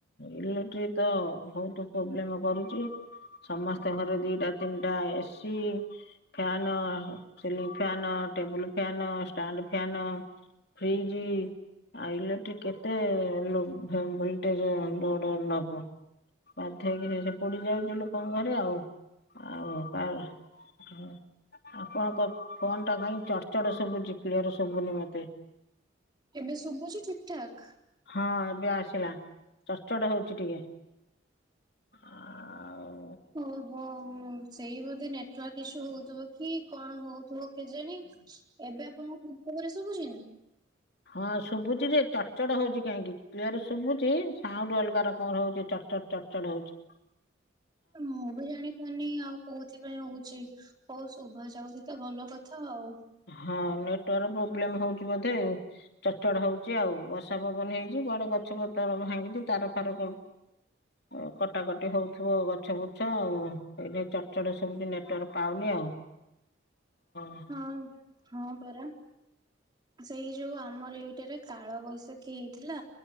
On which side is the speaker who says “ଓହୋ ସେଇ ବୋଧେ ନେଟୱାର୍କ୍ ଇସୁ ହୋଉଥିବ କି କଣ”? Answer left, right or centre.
Right